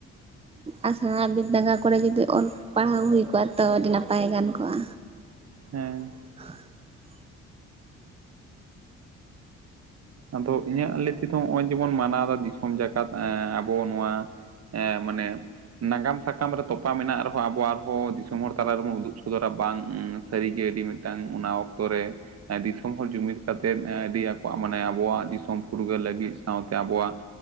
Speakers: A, on the right; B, on the right.
A: ᱟᱥᱲᱟ ᱵᱤᱫᱟᱸᱜᱟᱲ ᱠᱚᱨᱮ ᱡᱩᱫᱤ ᱚᱞ ᱯᱟᱲᱦᱟᱣ ᱦᱩᱭ ᱠᱚᱜᱼᱟ ᱛᱚ ᱟᱹᱰᱤ ᱱᱟᱯᱟᱭ ᱜᱟᱱ ᱠᱚᱜᱼᱟ᱾
B: ᱦᱮᱸ᱾
A: <inaudible>
B: ᱟᱫᱚ ᱤᱧᱟᱜ ᱞᱟᱹᱭ ᱛᱮᱫᱚ ᱱᱚᱜᱼᱚᱭ ᱡᱮᱵᱚᱱ ᱢᱟᱱᱟᱣ ᱫᱟ ᱫᱤᱥᱚᱢ ᱡᱟᱠᱟᱛ ᱟᱵᱚ ᱱᱚᱣᱟ᱾ ᱦᱮᱸ ᱢᱟᱱᱮ᱾ ᱱᱟᱜᱟᱢ ᱥᱟᱠᱟᱢ ᱨᱮ ᱛᱚᱯᱟ ᱢᱮᱱᱟᱜ ᱨᱮᱦᱚᱸ ᱟᱵᱚ ᱟᱨᱦᱚᱸ ᱫᱤᱥᱚᱢ ᱦᱚᱲ ᱛᱟᱞᱟᱨ ᱨᱮᱵᱚᱱ ᱩᱫᱩᱜ ᱥᱚᱫᱚᱨᱟ ᱵᱟᱝ ᱩᱸ ᱥᱟᱹᱨᱤᱜᱮ ᱟᱹᱰᱤ ᱢᱤᱫᱴᱟᱝ ᱚᱱᱟ ᱚᱠᱛᱚ ᱨᱮ ᱫᱤᱥᱚᱢ ᱦᱚᱲ ᱡᱩᱢᱤᱫ ᱠᱟᱛᱮ ᱟᱹᱰᱤ ᱟᱠᱚᱣᱟᱜ ᱢᱟᱱᱮ᱾ ᱟᱵᱚᱣᱟᱜ ᱫᱤᱥᱚᱢ ᱯᱷᱩᱨᱜᱟᱹᱞ ᱞᱟᱹᱜᱤᱫ ᱥᱟᱶᱛᱮ ᱟᱵᱚᱣᱟᱜ᱾